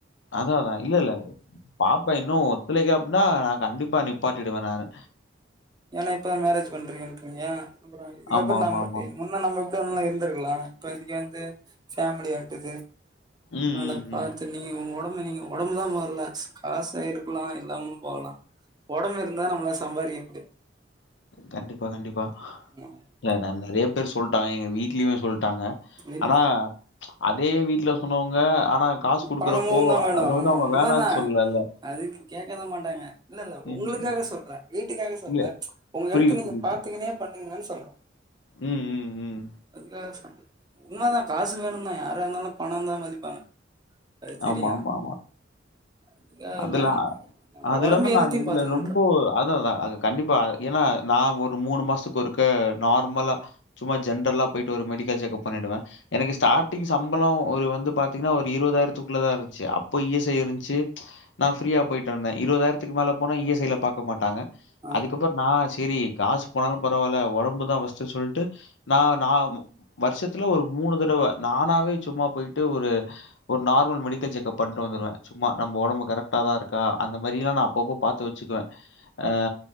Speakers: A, on the left (about 80°); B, on the right (about 20°).
A: அதாதா இல்லல்ல பாப்பே இன்னு ஒத்துலைக்கே அப்ன்னா நா கண்டிப்பா நிப் பாட்டிடுவே நானு
B: ஏன்னா இப்பதா மேரேஜ் பண்றீங்கின்றீங்க அப்புறோ இதுக்கப்றோ
A: ஆமாமாமா.
B: நாம்ம என் முன்ன நம்ம எப்டி வேனலா இருந்திருக்லா இப்ப இதிக்கி வந்து ஃபமிலியா வன்ட்டுது
A: ம்,
B: நாள
A: ம்,
B: பாத்
A: ம்.
B: நீங்க உங்க ஒடம்ப நீங்க ஒடம்பு தா முதல்ல காச எடுக்லா இல்லாமு போலா ஒடம்பு இருந்தா நம்மளா சம்பாரிக்க முடி
A: கண்டிப்பா கண்டிப்பா
B: ம்
A: எந நறைய பேர் சொல்ட்டாங்க எங்க வீட்லியுமே சொல்ட்டாங்க
B: இல்ல
A: ஆனா அதே வீட்ல சொன்னவங்க ஆனா காஸ் குடுக்குறப்போ
B: பணமும் தான் வேணும்
A: அத வந்து
B: ஆமா
A: அவ்ங்க
B: உண்மைதான்
A: வேணான் சொல்லல்ல
B: அதுக்கு கேட்கதா மாட்டாங்க இல்லல்ல உங்களுக்காக
A: ம், ம்.
B: சொல்றே வீட்டுக்காக சொல்த
A: இல்ல.
B: உங்க ஹெல்த்து
A: புரியுது,
B: நீங்க
A: புரியுது.
B: பாத்துகின்னே பண்ணுங்கன் சொல்றோ
A: ம் ம் ம்.
B: அதுக்காசம் உண்மதா காசு வேணுன்னா யாரா இருந்தாலு பணந்தா மதிப்பாங்க அது தெரியும்
A: ஆமா ஆமா ஆமா
B: அதுக்காக
A: அதுலா
B: இல்ல நம்ம
A: அது
B: உடம்பு
A: இல்லாம நா
B: ஹெல்த்தையும்
A: இதுல
B: பாத்துக்கணுன்ற
A: ரொம்போ அதுதா அது கண்டிப்பா ஏன்னா நா ஒரு மூணு மாஸ்த்துக்கு ஒருக்க நார்மலா சும்மா ஜென்ரல்லா போய்ட்டு ஒரு மெடிக்கல் செக்அப் பண்ணிடுவேன் எனக்கு ஸ்டார்ட்டிங் சம்பளோ ஒரு வந்து பாத்தீங்கன்னா ஒரு இருவதாயிரத்துக்குள்ளதா இருந்ச்சு அப்போ இஎஸ்ஐ இருந்ச்சி நா ஃப்ரீயா போய்ட்டு வந்தேன் இருவதாய்ரத்துக்கு மேல போனா இ எஸ் ஐல பாக்க மாட்டாங்க
B: ஆ
A: அதுக்கப்பற் நா செரி காஸ் போனாலு பரவால்ல ஒடம்புதா ஃபஸ்ட்டு சொல்ட்டு நா நாம் வர்ஷத்துல ஒரு மூணு தடவ நானாவே ச்சும்மா போய்ட்டு ஒரு ஒரு நார்மல் மெடிக்கல் செக்அப் பண்ட்டு வந்துருவே ச்சும்மா நம்ப் ஒடம்பு கரக்ட்டாதா இருக்கா அந்த மாரி எல்லா நா அப்பப்போ பாத்து வச்சுக்குவே ஆ